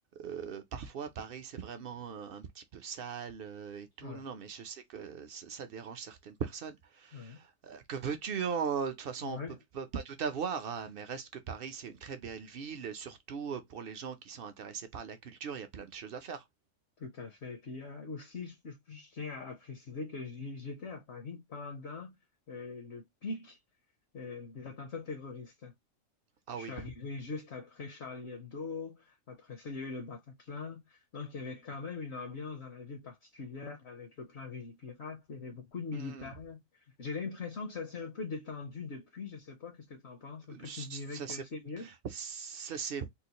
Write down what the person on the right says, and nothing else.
euh, parfois, Paris, c'est vraiment euh, un petit peu sale euh, et tout.
Non, non, mais je sais que ça ça dérange certaines personnes.
Heu, que veux-tu, hein? De toute façon,
on peut peut pas tout avoir, hein, mais reste que Paris, c'est une très belle ville, surtout, heu, pour les gens qui sont intéressés par la culture, il y a plein de choses à faire.
Ah
oui.
Mmh
ça,
c'est
Ça c'est